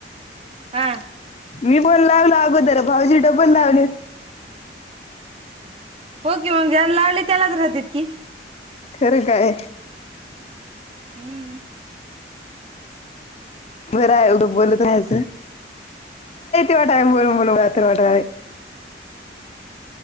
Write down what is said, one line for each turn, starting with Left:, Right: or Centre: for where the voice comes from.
Right: हा.
Left: मी पण लागलो अगोदर भाऊजी डबल लावलेतं.
Right: हो की मगं ज्याने लावले त्यालाच राहतात की.
Left: खरं. काय
Right: हं
Left: बरं आहे उंग बोलत रहायचं. वाटा बोलून बोलू वाटा आहे.